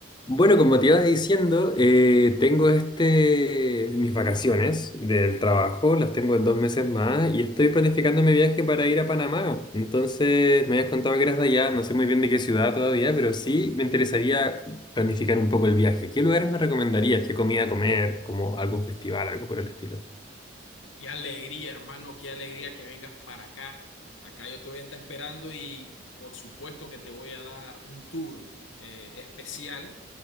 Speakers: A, on the left; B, on the left.
A: Bueno, como te iba diciendo, eh, tengo este, mis vacaciones del trabajo, las tengo en dos meses más y estoy planificando mi viaje para ir a Panamá. Entonces, me habías contado que eras de allá, no sé muy bien de qué ciudad todavía, pero sí me interesaría planificar un poco el viaje. ¿Qué lugares me recomendarías? ¿Qué comida comer? ¿Como algún festival, algo por el estilo?
B: Qué alegría, hermano, qué alegría que vengas para acá. Acá yo te voy a estar esperando y por supuesto que te voy a dar un tour eh, especial